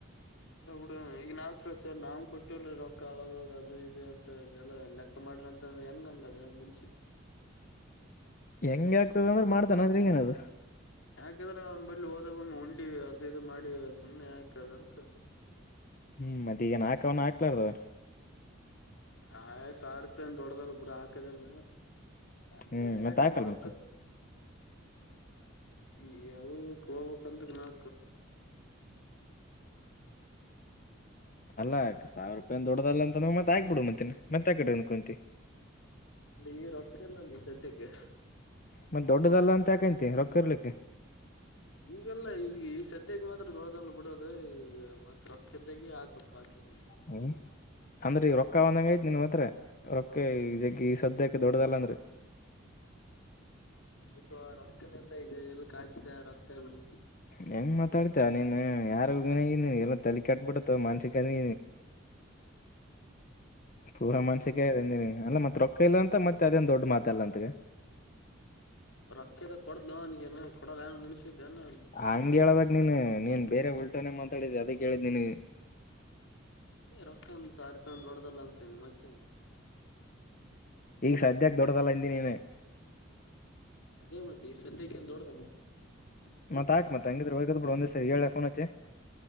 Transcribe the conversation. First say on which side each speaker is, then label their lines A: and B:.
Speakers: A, on the left (about 80°); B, on the left (about 40°).
A: ಎಲ್ಲಾ ಹುಡುಗ ಅದಾನ್ ಈಗಿನ್ ಸರ್ ನಾಗ್ ಕೊಟ್ಟರ ರೊಕ್ಕ ಅವಾಗ ಅದು ಇದು ಅಂತದೆಲ್ಲ ಲೆಕ್ಕ ಮಾಡ್ರ ಅಂತ ಹೆಂಗ ಆಗಲ್ಲಾ ಹೇಳ್ ಮನಸ್ಸಿಗ್
B: ಹೆಂಗ ಆಗ್ತದ ಅಂದ್ರೆ ಮಾಡ್ತಾನ ಅದು ಅದರಾಗ ಏನ್ ಅದ
A: ಯಾಕಂದ್ರ ಅವ್ನ ಬಳಿ ಹೋದಾಗ ಒಮ್ಮೀ ಉಂಡಿವ ಅದ ಇದು ಮಾಡಿವ ಸುಮ್ಮನೆ ಯಾಕಕ್ದಂತ
B: ಹ್ಮ್ ಮತ್ತ ಈಗೆನ್ ಹಾಕ್ಲೇನ ಹಾಕ್ಲಾರದವ
A: ಆ ಸಾವಿರ ರೂಪಾಯಿನ್ ದೊಡ್ಡ್ದಲ್ ಬಿಡ ಹಾಕದ ಏನ್ ಎಲ್ಲಿ
B: ಹ್ಮ್ ಮತ್ ಹಾಕಲ್
A: ಏನ ರೊಕ್ಕದ
B: ಮತ್ತ
A: ಈಗ ಅವ ಇವಕ್ ಹೋಗಬೇಕಂದ್ರ <unintelligible>
B: ಅಲ್ಲಾ ಸಾವಿರ ರೂಪಾಯಿ ಏನ್ ದೊಡ್ಡದ ಅಲ್ಲ ಅಂತಂದ್ರ ಮತ್ತ ಹಾಕ್ಬಿಡು ಮತ್ತೇನ್ ಮತ್ತ ಯಾಕ್ <unintelligible>
A: ಲೇ ಈಗ ರೊಕ್ಕ ಇಲ್ಲಲೇ ಸದ್ಯಕ್ಕ
B: ಮತ್ತ ದೊಡ್ಡದಲ್ಲ ಅಂತ ಯಾಕ ಅಂತಿ ರೊಕ್ಕ ಇರ್ಲಿಕ್ಕ
A: ಈಗಲ್ಲ ಈ ಈಗ ಸದ್ಯಕ್ಕೆ ಮಾತ್ರ ದೊಡದಳ ಬಿಡೋದು ಈ ಮತ್ತ ರೊಕ್ಕದ್ದಾಗ ಆಗ್ಬೇಕ <inaudible>
B: ಹ್ಮ್. ಅಂದ್ರ ಈಗ ರೊಕ್ಕ ಅದಾವ ಅಂದಂಗ ಆಯ್ತ್ ನಿನ್ನ ಮತ್ರ ರೊಕ್ಕ ಈ ಜಗ್ಗ ಈ ಸದ್ಯಕ್ಕೆ ದೊಡ್ಡದಲ್ಲ ಅಂದ್ರ
A: ಇಲ್ಲೋ ರೊಕ್ಕನೆ ಇಲ್ಲ ಈಗ ಎಲ್ ಕಾಲಿ ಆಗ್ತ ರೊಕ್ಕ ಏಲ್ಲಿ?
B: ಹೆಂಗ್ ಮಾತಾಡ್ತಾ ನೀನ ಯಾರಿಗೆ ಏನ <unintelligible> ಕೆಟ್ಟಬಿಡುತ್ತ ಮಾನಸಿಕಅನಿ ಪೂರ ಮಾನಸಿಕ ಆಗೇದ ನಿನಗ ಅಲ್ಲ ಮತ್ತೆ ರೊಕ್ಕ ಇಲ್ಲ ಅಂತ ಮತ್ತೆ ಅದೇನ್ ದೊಡ್ ಮಾತ ಅಲ್ಲ ಆತಗ -
A: ರೊಕ್ಕದ ಕೊಡ್ದವನಗ ಕೊಡಲ್ಲಅನ್ ಮುನಿಸಿದ್ದೇನ??
B: ಹಂಗ ಹೇಳ್ಬೇಕ ನೀನ್ ನೀನ್ ಬೇರೆ ಉಲ್ಟನೆೇ ಮಾತಾಡಿದಿ ಅದಕ್ಕ ಹೇಳಿದ್ದ ನಿನಗ
A: ಅದೇ ರೊಕ್ಕಾ ಸಾವಿರ ರೂಪಾಯ ಏನ್ ದೊಡ್ಡದಲ್ಲ ಅಂತ ಮತ್ತೆ
B: ಈಗ ಸದ್ಯಕ್ಕ ದೊಡ್ಡದಲ್ಲ ಅಂದಿ ನೀನ
A: ಅದೇ ಮತ್ತೆ ಈ ಸದ್ಯಕ್ಕೆನ್ ದೊಡ್ಡದ ಏನ್ ಅದ
B: ಮತ್ತ ಹಾಕ್ ಮತ್ತ ಹಂಗಿದ್ರ ವಾಗಿದ ವಗದ ಬಿಡು ಒಂದೇ ಸರಿ ಹೇಳ್ಯಾ ಪೋನ್ ಹಚ್ಚಿ